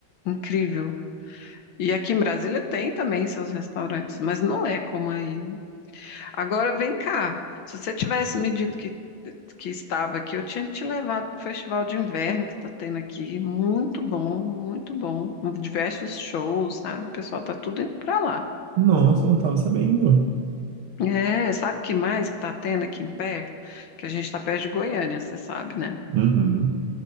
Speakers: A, on the left; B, on the right.
A: Incrível. E aqui em Brasília tem também seus restaurantes, mas não é como aí. Agora vem cá. Se você tivesse me dito que, que estava aqui, eu tinha te levado para o festival de inverno que está tendo aqui. Muito bom, muito bom. Com Diversos shows, sabe? O pessoal tá tudo indo para lá.
B: nossa, eu não tava sabendo.
A: É, sabe o que mais que está tendo aqui em perto? Que a gente está perto de Goiânia, você sabe, né?
B: Uhum.